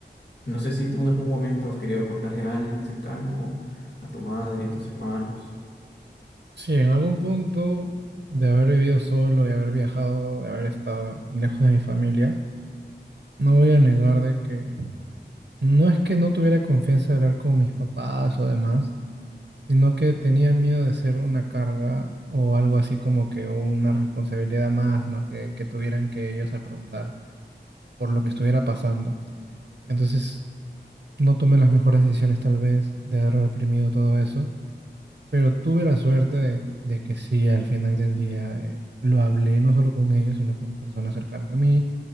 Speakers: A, on the left; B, on the right.
A: No sé si tú en algún momento has querido contarle a alguien cercano, a tu madre, a tus hermanos.
B: Sí, en algún punto de haber vivido solo, de haber viajado, de haber estado lejos de mi familia, no voy a negar de que no es que no tuviera confianza de hablar con mis papás o demás, sino que tenía miedo de ser una carga o algo así como que una responsabilidad más, ¿no? Que, que tuvieran que ellos afrontar por lo que estuviera pasando. Entonces, no tomé las mejores decisiones tal vez de haber reprimido todo eso. Pero tuve la suerte de, de que sí, al final del día eh, lo hablé no solo con ellos, sino con personas cercanas a mí.